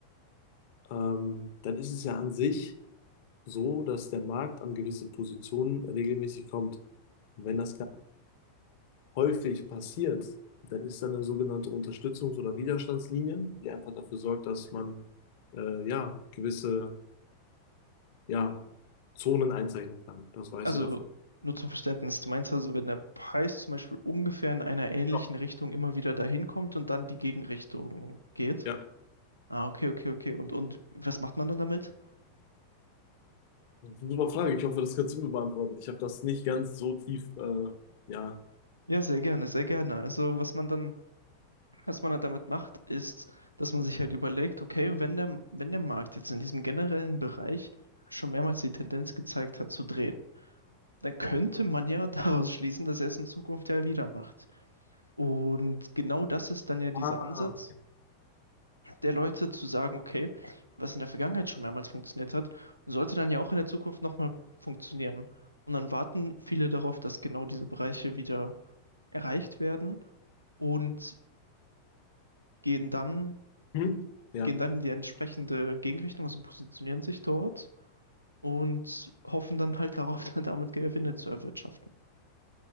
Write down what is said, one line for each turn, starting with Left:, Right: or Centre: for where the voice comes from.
Left: ähm, dann ist es ja an sich so, dass der Markt an gewisse Positionen regelmäßig kommt. Und wenn das ganz häufig passiert, dann ist da eine sogenannte Unterstützungs- oder Widerstandslinie, die einfach dafür sorgt, dass man äh, ja gewisse ja, Zonen einzeichnen kann. Das weiß
Right: Also
Left: ich davon.
Right: nur zum Verständnis, du meinst also, wenn der Preis zum Beispiel ungefähr in einer ähnlichen
Left: Genau.
Right: Richtung immer wieder dahin kommt und dann die Gegenrichtung geht?
Left: Ja,
Right: Ah, okay, okay, okay. Und, und was macht man dann damit?
Left: super Frage. Ich hoffe, das kannst du mir beantworten. Ich habe das nicht ganz so tief, äh, ja.
Right: Ja, sehr gerne, sehr gerne. Also was man dann, was man dann damit macht, ist, dass man sich halt überlegt, okay, wenn der, wenn der Markt jetzt in diesem generellen Bereich schon mehrmals die Tendenz gezeigt hat zu drehen, dann könnte man ja <laughs> daraus schließen, dass er es in Zukunft ja wieder macht. Und genau das ist dann ja dieser
Left: Ah.
Right: Ansatz, der Leute zu sagen, okay, was in der Vergangenheit schon mehrmals funktioniert hat, sollte dann ja auch in der Zukunft nochmal funktionieren. Und dann warten viele darauf, dass genau diese Bereiche wieder erreicht werden und gehen dann,
Left: Hm? Ja.
Right: gehen dann in die entsprechende Gegenrichtung, also positionieren sich dort und hoffen dann halt darauf, <laughs> dann damit Gewinne zu erwirtschaften.